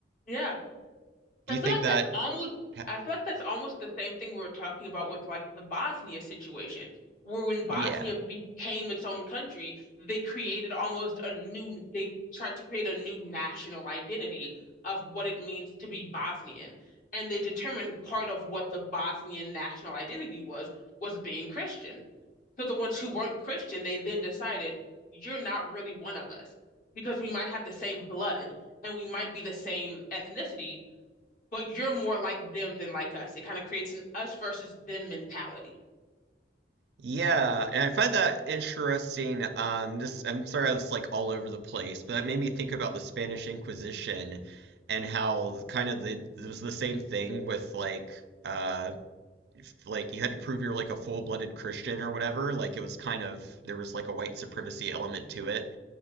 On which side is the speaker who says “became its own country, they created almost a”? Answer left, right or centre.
Left